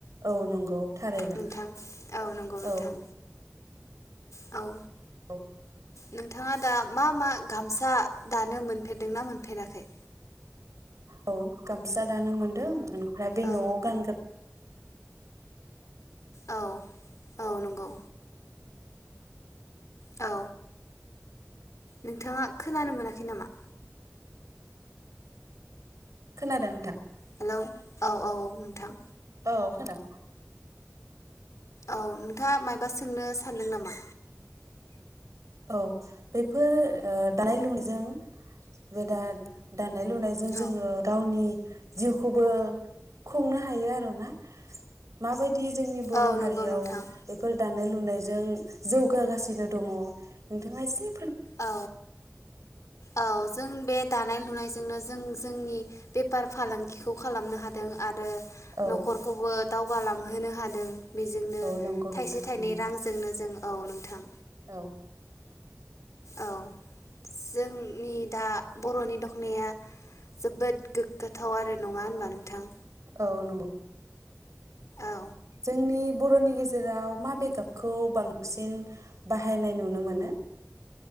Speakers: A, on the right; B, on the left.
A: औ नंगौ थारैनो
B: नोंथां? औ नंगौ नोंथां
A: औ।
B: औ
A: औ
B: नोंथाङा दा मा मा गामसा दानो मोनफेरदोंना मोनफेराखै?
A: औ गामसा दानो मोन्दों। ओमफ्राय बे
B: औ
A: नयाव गानग्रा
B: औ औ नंगौ। औ नोंथाङा खोनानो मोनाखै नामा?
A: खोनादों नोंथां।
B: हेलौ औ औ औ नोंथां।
A: औ खोना
B: औ नोंथाङा मायबा सोंनो सानदों नामा?
A: औ बेफोर ओ दानाय लुनायजों बे दा दानाय लुनायजों जोङो
B: औ
A: गावनि जिउखौबो खुंनो हायो आरो ना माबाय दि जोंनि बर'
B: औ नंगौ
A: हारियाव
B: नोंथां
A: बेफोर दानाय लु लुनायजों जौगागासिनो दङ नोंथाङा इसे
B: औ औ जों बे दानाय लुनायजोंनो जों जोंनि बेफार फालांगिखौ खालामनो हादों आरो
A: औ
B: नखरखौबो दावखो जौगालांहोनो हादों। बेजोंनो
A: औ नंगौ नोंथां
B: थाइसे थाइनै
A: उम
B: रांजोंनो जों औ नोंथां
A: औ
B: औ जोंनि दा बर'नि दखनाया जोबोद गोगगाथाव आरो नङा होनबा नोंथां?
A: औ नंगौ
B: औ
A: जोंनि बर'नि गेजेराव माबे गाबखौ बांसिन बाहायनाय नुनो मोनो?